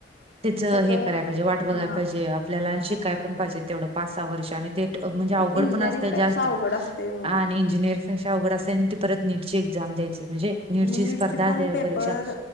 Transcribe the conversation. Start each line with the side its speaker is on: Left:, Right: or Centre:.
Right: तिचं
Left: त्याच
Right: हे कराय पाहिजे वाट बघाय
Left: हा
Right: पाहिजे आपल्याला आणि शिकाय पण पाहिजे तेवढं. पाच सहा वर्ष आणि ते म्हणजे अवघड
Left: इंजिनिअरिंग
Right: पण असतय
Left: पेक्षा
Right: जास्त
Left: अवघड असते हो
Right: आणि इंजिनिअर अवघड असतय आणि परत नीटची एक्झाम द्यायची म्हणजे नीटची
Left: आणि नीटचे
Right: स्पर्धा
Left: पण
Right: द्या
Left: पेपर
Right: परीक्षा.